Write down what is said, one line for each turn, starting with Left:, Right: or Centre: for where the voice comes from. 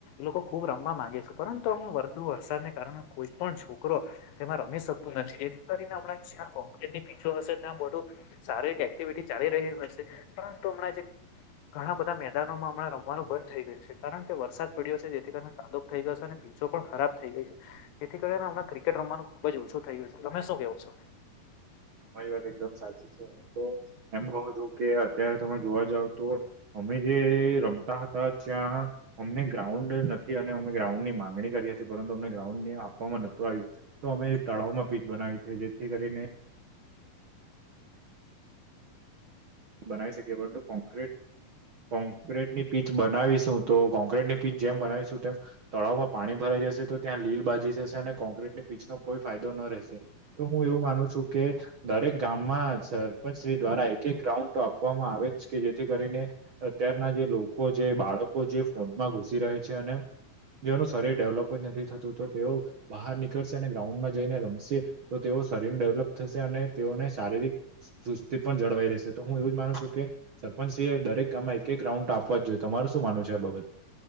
Left: લોકો ખુબ રમવા માંગે છે, પરંતુ અમ વરધુ વરસાદને કારણે કોઈ પણ છો કરો એમાં રમી શકતો નથી એથી કરીને જ્યાં પીચો હશે ત્યાં બધું સારી એક્ટિવિટી ચાલી રહી હશે, પરંતુ હમણાં જે ઘણા બધા મેદામાં હમણાં રમવાનું બંધ થઈ ગયું છે, કારણ કે વરસાદ પડ્યો છે, જેથી કરીને કાદુકો થઈ ગયો છે. અને પણ ખરાબ થઈ ગઈ છે, જેથી કરીને હમણાં. ક્રિકેટ રમવાનું ખુબ જ ઓછું થઈ ગયું છે, તમે શું કેવો છો?
Right: તમારી વાત એકદમ સાચી છે, હું તો એમ કહું છું, કે અત્યારે તમે જોવા જાવ તો. મે જે રમતા હતા ત્યાં અમને ગ્રાઉન્ડ નથી, અને અમે ગ્રાઉન્ડ ની માંગણી કરી હતી પરંતુ અમને ગ્રાઉન્ડ ને આપવામાં નહોતું આવ્યું તો અમે તળાવમાં પીચ બનાવી છે, જેથી કરીને બનાવી શકીએ, પરંતુ કોંક્રેટ કોંક્રીટની પીચ બનાવીશું તો કોંક્રીટની પીચ જેમ બનાવીશું તેમ તળાવમાં પાણી ભરાઈ જશે તો ત્યાં લીલ બાજી જશે અને કોંક્રીટની પીચનો કોઈ ફાયદો ન રહેશે તો હું એવું માનું છું કે દરેક ગામમાં સરપંચ શ્રી દ્વારા એક એક ગ્રાઉન્ડ તો આપવામાં આવે જ કે જેથી કરીને અત્યારના જે લોકો જે બાળકો જે ફોનમાં ઘુસી રહ છે અને જેઓનું શરીર ડેવલોપ જ નથી થતું તો તેઓ બહાર નીકળશે અને ગ્રાઉન્ડમાં જઈને રમશે તો તેઓ શરીર ડેવલપ થશે અને તેઓને શારીરિક સુસ્તી પણ જળવાઈ રહેશે તો હું એવું જ માનું છું, કે સરપંચશ્રી એ દરેક કામમાં એક એક રાઉન્ડ ટ આપવા જ જોઈએ, તમાર શું માનવું છે આ બાબત